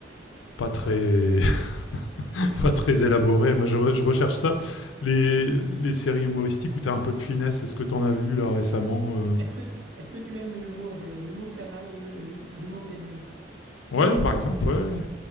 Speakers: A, on the left (about 80°); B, on the right (about 70°).
A: Pas très <laughs> pas très élaboré. Moi je re je recherche ça. Les les séries humoristiques où t'as un peu de finesse, est-ce que t'en as vu là récemment, heu?
B: Est-ce que, est-ce que tu aimes l'humour des, l'humour canal, l'hu- l'humour des nuls?
A: Ouais, par exemple, ouais, ouais.